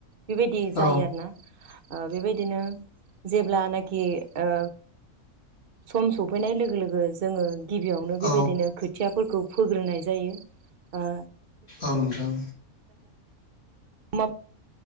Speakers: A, on the right; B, on the left.
A: बेबायदि
B: औ
A: जायो आरोना ओ बेबायदिनो जेब्लानाखि ओ सम सफैनाय लोगो लोगो जोङो गिबियावनो
B: औ
A: बेबायदिनो खोथियाफोरखौ फोग्रोनाय जायो ओ
B: औ नोंथां
A: मा